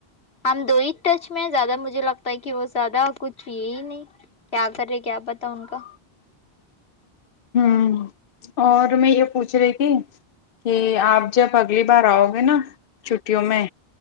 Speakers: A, on the left (about 80°); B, on the left (about 65°).
A: ہم دو ہی ٹچ میں ہیں زیادہ مجھے لگتا ہے کہ وہ زیادہ کچھ یہ ہی نہیں کیا کر رہے کیا پتا ان کا
B: ہوں اور میں یہ پوچھ رہی تھی کہ آپ جب اگلی بار آؤ گے نا چھٹیوں میں